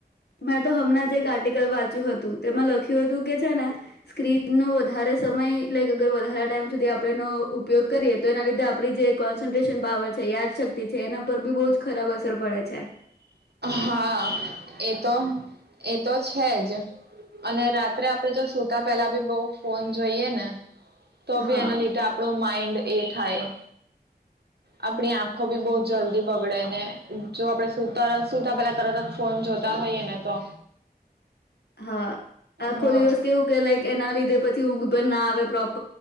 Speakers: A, on the left; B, on the right.
A: મેં તો હમણાં જે એક આર્ટિકલ વાંચ્યું હતું તેમાં લખ્યું હતું કે છે ને સ્ક્રીન નો વધારે સમય લાઈક અગર વધારે ટાઈમ સુધી આપણે એનો ઉપયોગ કરીએ તો એના લીધે આપણી જે કોન્સન્ટ્રેશન પાવર છે યાદશક્તિ છે એના પર બી બહુ જ ખરાબ સર પડે છે.
B: હા એ તો એ તો છે જ અને રાત્રે આપણેે જો સુતા પેલા બી બહ ફોન જોઈએ ને તો બી
A: હા
B: એના લીધે આપડો માઈન્ડ એ થાય. આપડી આંખો બી બહ જલ્દી બગડે ને જો આપણેે ત સુતા પેલા તરત જ ફોન જોતા હોઈએ ને તો.
A: હા આખો
B: હા
A: દિવસ કેવું કે લાઈક એના લીધે પછી ઊંઘ પન ના આવે પ્રોપ